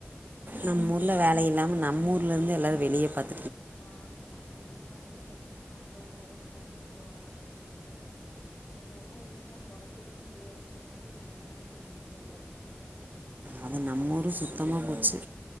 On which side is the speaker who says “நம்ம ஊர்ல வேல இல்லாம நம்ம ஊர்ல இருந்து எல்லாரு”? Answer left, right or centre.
Right